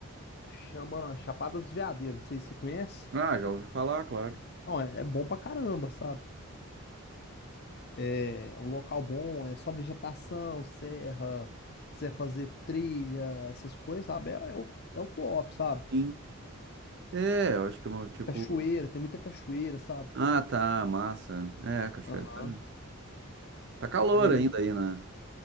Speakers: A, on the left; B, on the right.
A: Chama Chapada dos Veadeiros. Não sei se você conhece.
B: Ah, já ouvi falar, claro.
A: Não, é, é bom pra caramba, sabe? É um local bom, é só vegetação, serra, se quiser fazer trilha, essas coisas, sabe? É, é o, é o top, sabe?
B: Sim. É, eu acho que é uma, tipo.
A: Cachoeira, tem muita cachoeira, sabe?
B: Ah, tá, massa. É, cachoeira.
A: Aham.
B: tá Tá calor
A: Aí,
B: ainda aí, né?